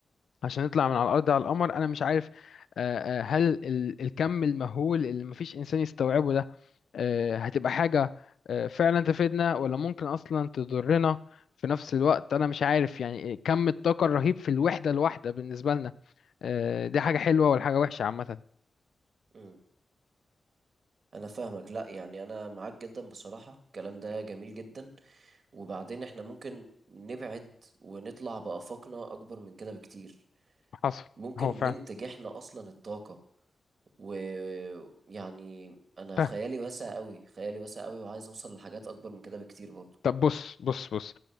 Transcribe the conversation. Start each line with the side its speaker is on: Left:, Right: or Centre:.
Left: عشان نطلع من على الأرض على القمر أنا مش عارف آه، آه، هل ال- الكم المهول اللي مفيش إنسان يستوعبه ده آه، هتبقى حاجة آه، فعلا تفيدنا ولا ممكن أصلا تضرنا في نفس الوقت أنا مش عارف يعني إيه كم الطاقة الرهيب في الوحدة الواحدة بالنسبة لنا آه، دي حاجة حلوة ولا حاجة وحشة عامة
Right: مم. انا فاهمك لا يعني انا معاك جدا بصراحة الكلام ده جميل جدا وبعدين احنا ممكن نبعد ونطلع بآفاقنا اكبر من كده بكتير
Left: حصل
Right: ممكن
Left: هو فعلا
Right: ننتج احنا اصلا الطاقة ويعني انا
Left: فاهم.
Right: خيالي واسع قوي خيالي واسع قوي وعايز اوصل لحاجات اكبر من كده بكتير برضو
Left: طب بص بص بص